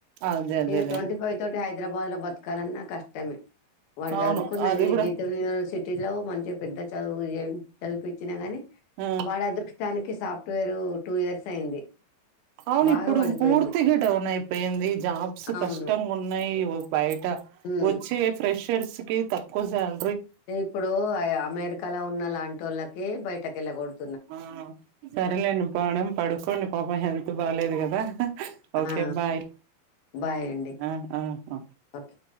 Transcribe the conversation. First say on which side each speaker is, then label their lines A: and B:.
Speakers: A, on the right; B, on the left.
A: అదే అదే
B: ఇక
A: అదే
B: ట్వంటీ ఫైవ్ తోటి హైదరాబాద్ లో బతకాలన్నా కష్టమే వాళ్ళు
A: అవును
B: చదువుకున్నది
A: అది కూడా
B: గీత యని సిటీ లో మంచి పెద్ద చదువు చదిపించినా గాని
A: ఆ
B: వాడ అదృష్టానికి సాఫ్ట్వేరు టూ ఇయర్స్ అయింది
A: అవును
B: బాగా
A: ఇప్పుడు
B: పడిపోయింది
A: పూర్తిగా డౌన్ అయిపోయింది జాబ్స్
B: అవును
A: కష్టంగా ఉన్నాయి బయట
B: ఉమ్
A: వచ్చే ప్రెషర్స్ కి తక్కువ చాల
B: ఇప్పుడు అమెరికాలో ఉన్న లాంటి వాళ్ళకి బయటకి వెళ్ళకూడదు
A: ఆ సరేలేండి పాడం పడుకోండి పాపం హెల్త్ బాగాలేదు కదా ఓకే
B: ఆ
A: బాయ్
B: బాయ్ అండి
A: ఆ ఆ
B: ఓకే